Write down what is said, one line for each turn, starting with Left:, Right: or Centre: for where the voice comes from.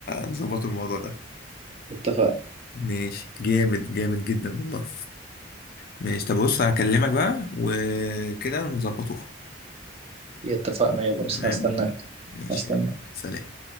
Left: نظبط الموضوع ده
Right: اتفقنا
Left: ماشي جامد جامد جدا والله ماشي طب بص هكلمك بقى وكده نظبطوها
Right: اتفقنا يلا بس
Left: تمام
Right: هستناك
Left: ماشي
Right: هستناك
Left: يلا سلام